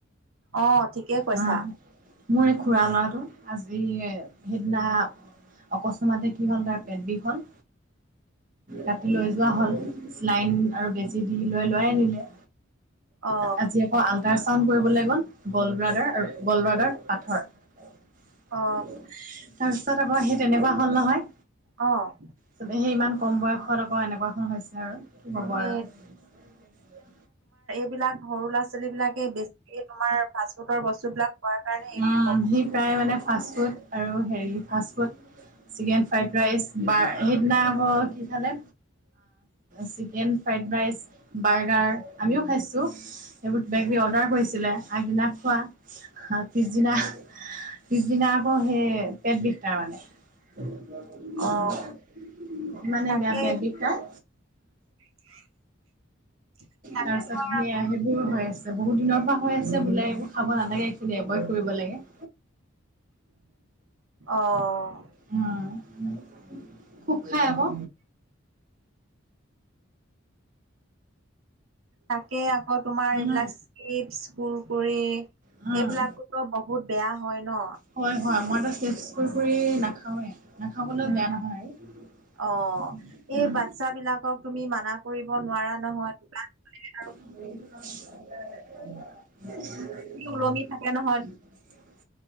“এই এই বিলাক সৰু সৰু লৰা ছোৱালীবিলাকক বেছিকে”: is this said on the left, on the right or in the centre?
Right